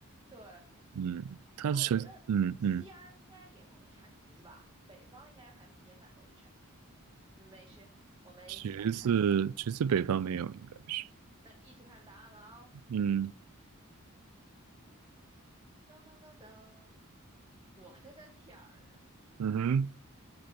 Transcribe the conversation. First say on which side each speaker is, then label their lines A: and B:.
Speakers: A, on the right (about 20°); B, on the right (about 85°).
A: 对。
B: 嗯，他是，
A: 然后我觉得西安应该也容易产橘子吧，
B: 嗯嗯，
A: 北方应该还也蛮容易产橘子的。嗯没事，我们一起来看一下，
B: 橘子橘子北方没有，应该是，
A: 那一起看答案了啊！
B: 嗯
A: 噔噔噔噔，我的个天儿啊，
B: 嗯哼，